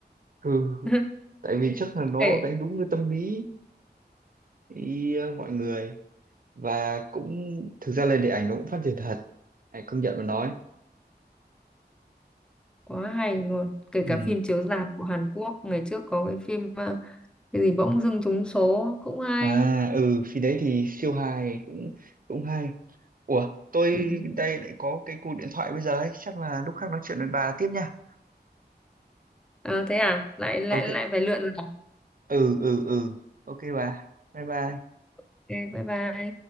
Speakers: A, on the right; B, in the centre.
A: ừ.
B: <laughs>
A: tại vì chắc là nó
B: Kệ.
A: đánh đúng cái tâm lý ý, ờ, mọi người và cũng thực ra lên điện ảnh nó cũng phát triển thật Này, công nhận mà nói
B: quá hay luôn kể
A: ừ.
B: cả phim chiếu rạp của Hàn Quốc ngày trước có cái phim ờ, cái gì bỗng dưng trúng số cũng hay
A: À ừ phim đấy thì siêu hài cũng cũng hay. Ủa tôi
B: ừ.
A: đây lại có cái cuộc điện thoại bây giờ ấy, chắc là lúc khác nói chuyện với bà tiếp nha.
B: à, thế à lại lại
A: Ok.
B: lại phải lượn rồi à?
A: Ừ ừ ừ. Ok bà. Bye bye.
B: ok bye bye